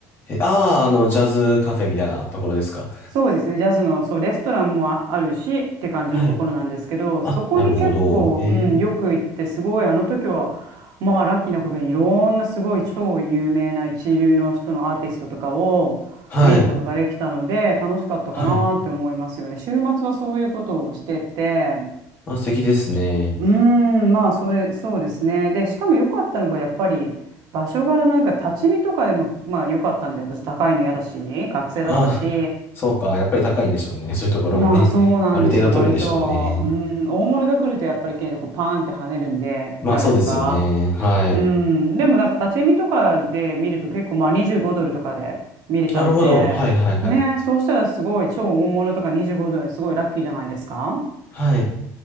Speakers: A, on the left; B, on the right.
A: え、ああ、あの、ジャズカフェみたいなところですか。
B: そうですね、ジャズの、そう、レストランもああるしって感じのところなんですけど、
A: はい。あ、
B: そこに結構、
A: なるほど。へえ。
B: うん、よく行って、すごい、あの時は、まあ、ラッキーなことに、いろんなすごい超有名な一流の人のアーティストとかを見ることができたので、
A: はい。
B: 楽しかったかなって思いますよね。
A: はい。
B: 週末はそういうことをしてて、
A: あ、素敵ですね。
B: うーん、まあ、それ、そうですね。で、しかも良かったのが、やっぱり、場所柄なんか立ち見とかでも、まあ、良かったんで、私、高いの嫌だし、学生だったし、
A: あ、そうか。やっぱり高いんでしょうね。そういうところはね。
B: まあそうなんですよ。
A: ある程度取るんでしょうね。
B: 割と、うん、大物が来るとやっぱり結構パーンって跳ねるんで、
A: まあそうですよね。
B: プライスが。
A: はい。
B: うん、でもなんか立ち見とかで見ると結構まあ25ドルとかで見れちゃうんで、
A: なるほど。はいはいはい。
B: ね、そうしたらすごい超大物とか25ドルすごいラッキーじゃないですか
A: はい。